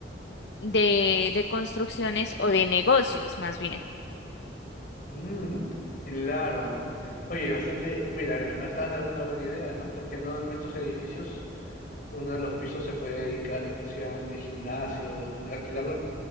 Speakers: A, on the left; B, on the left.
A: de de construcciones o de negocios, más bien.
B: Mm, claro. Oye, bastante. Mira, mira, me acabas de dar una buena idea, ¿no? Porque no en estos edificios uno de los pisos se puede dedicar exclusivamente a gimnasios, alquilar